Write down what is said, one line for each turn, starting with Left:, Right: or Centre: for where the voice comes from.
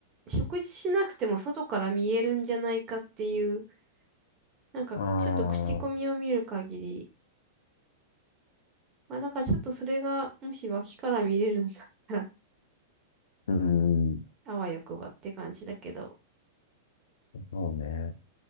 Right: 食事しなくても外から見えるんじゃないかっていう、なんかちょっと口コミを見る限り、
Left: ああ、
Right: まあだからちょっとそれがもし脇から見れるんだったら、
Left: うん、
Right: <laughs> あわよくばって感じだけど。
Left: そうね。